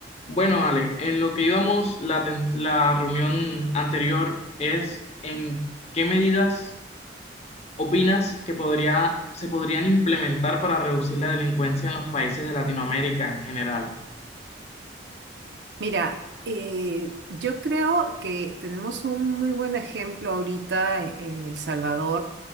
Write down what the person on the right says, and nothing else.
Mira, eh, yo creo que tenemos un muy buen ejemplo ahorita e- en El Salvador